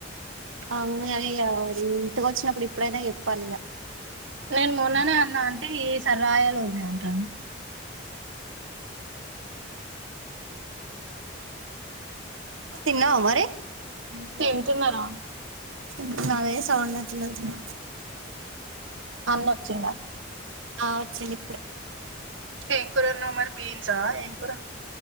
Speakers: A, on the right; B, on the right.
A: అవును గానీ ఇగా మరి ఇంటికి వచ్చినప్పుడు ఇప్పుడైనా చెప్పాలి ఇగా.
B: నేను మొన్ననే అన్నా, అంటే ఈసారి రాయలె వదిన అంటండు.
A: తిన్నావా మరి
B: హు తెంటున్నారా
A: తింటున్నావ్ అదే సౌండ్ అట్లే అట్లు
B: అన్నొచ్చిండా.
A: ఆ వచ్చిండ్ ఇప్పుడే
B: ఏ కూరోన్యావ్ మరి బీన్సా ఏం కూర